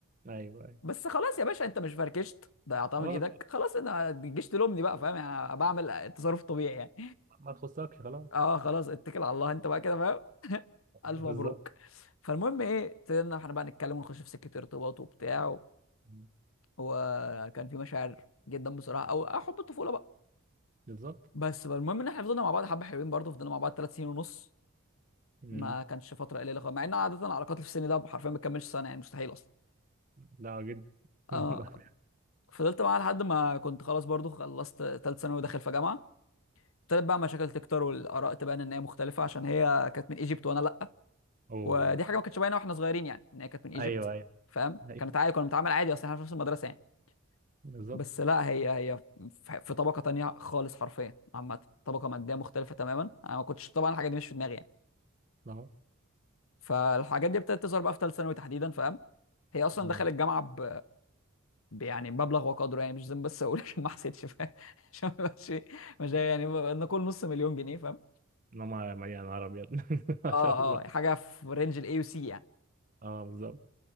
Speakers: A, on the right; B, on the left.
A: ايوه ايوه
B: بس خلاص يا باشا انت مش فركشت ضيعتها
A: خلاص
B: من ايدك
A: بقى،
B: خلاص انا تجيش تلومني بقى فاهم يعني بعمل التصرف طبيعي يعني
A: ما تخصكش خلاص
B: اه خلاص اتكل على الله انت بقى كده فاهم <laughs> الف
A: <laughs>
B: مبروك
A: بالظبط
B: فالمهم ايه ابتدينا احنا بقى نتكلم ونخش في سكه ارتباط وبتاع و-
A: مم.
B: وكان في مشاعر جدا بصراحه او أو حب الطفوله بقى
A: بالظبط
B: بس بقى المهم ان احنا فضلنا مع بعض حبه حلوين برضه فضلنا مع بعض ثلاث سنين ونص
A: مم.
B: ما كانش فتره قليله خالص مع ان عاده العلاقات اللي في السن ده حرفيا ما بتكملش سنه يعني مستحيل اصلا
A: لا جدا
B: آه
A: <laughs>
B: فضلت معاها لحد ما كنت خلاص برضه خلصت ثالث ثانوي وداخل في جامعه ابتدت بقى مشاكل تكتر والاراء تبان ان هي مختلفه عشان هي كانت من ايجيبت وانا لا
A: اوه
B: ودي حاجه ما كانتش باينه واحنا صغيرين يعني ان هي كانت من ايجيبت
A: ايوه ايوه
B: فاهم
A: أيوة.
B: كانت عادي كنا بنتعامل عادي اصل احنا في نفس المدرسه يعني
A: بالظبط
B: بس لا هي هي في في طبقه تانية خالص حرفيا عامه طبقه ماديه مختلفه تماما انا ما كنتش طبعا الحاجه دي مش في دماغي يعني.
A: آه.
B: فالحاجات دي ابتدت تظهر بقى في ثالث ثانوي تحديدا فاهم هي اصلا
A: مم.
B: دخلت الجامعه ب... ب... يعني مبلغ وقدره يعني مش لازم بس اقول <laughs> عشان ما حسيتش فاهم <laughs> عشان ما يبقاش مش يعني نقول نص مليون جنيه فاهم
A: انما مليان نهار ابيض <laughs> ما
B: اه
A: شاء الله
B: اه حاجه في رينج الاي وسي يعني
A: اه بالظبط